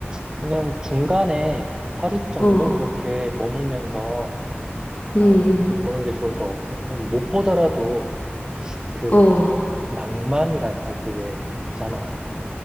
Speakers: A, on the right; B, on the left.
A: 그냥 중간에 하루 정도
B: 어,
A: 이렇게 머물면서 어,
B: 음, 음. 음.
A: 보는 게 좋을 것 같아. 그냥 못 보더라도 그
B: 어.
A: 낭만이랄까 그 왜 있잖아.